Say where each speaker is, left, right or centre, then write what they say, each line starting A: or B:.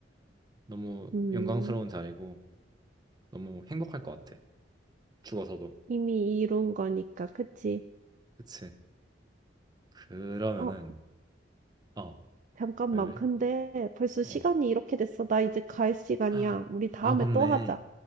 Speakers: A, on the right; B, on the right.
A: 너무
B: 음,
A: 영광스러운 자리고 너무 행복할 것 같아. 죽어서도.
B: 이미 이룬 거니까 그치.
A: 그치? 그러면은
B: 어,
A: 어,
B: 잠깐만.
A: 왜 왜?
B: 근데 벌써
A: 어.
B: 시간이 이렇게 됐어. 나 이제 갈 시간이야.
A: 아,
B: 우리 다음에
A: 아 맞네.
B: 또 하자.